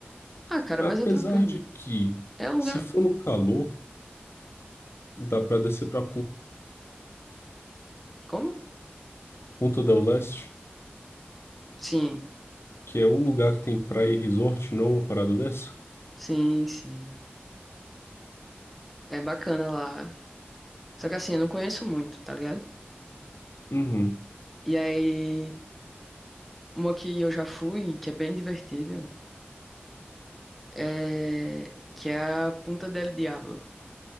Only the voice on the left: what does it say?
Apesar
de que,
se for no calor, dá para descer para
Ponta del Leste,
que é um lugar que tem praia e resort, não uma parada dessa?
Uhum.